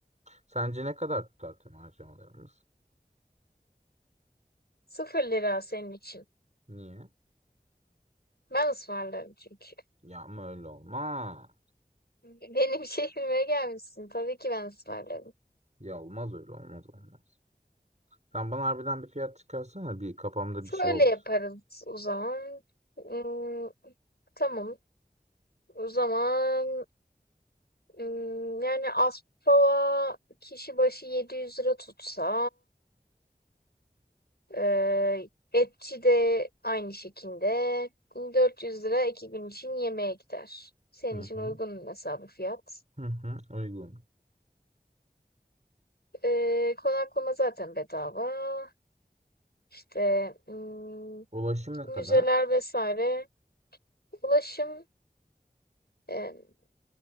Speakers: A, on the right; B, on the left.
A: Sence ne kadar tutar tüm harcamalarımız?
B: Sıfır lira senin için.
A: Niye?
B: Ben ısmarlarım çünkü.
A: Ya ama öyle olmaz.
B: Benim <laughs> şehrime gelmişsin. Tabii ki ben ısmarlarım.
A: Ya olmaz öyle olmaz olmaz. Sen bana harbiden bir fiyat çıkarsana bir kafamda
B: Şöyle
A: bir şey olur.
B: yaparız o zaman. Hmm, tamam. O zaman hmm, yani Aspava kişi başı 700 lira tutsa eee etçi de aynı şekilde 400 lira iki gün için yemeğe gider. Senin
A: Hı
B: için
A: hı.
B: uygun hesabı fiyat.
A: Hı hı uygun.
B: Eee, konaklama zaten bedava. İşte hmm,
A: Ulaşım ne
B: müzeler
A: kadar?
B: vesaire. Ulaşım eee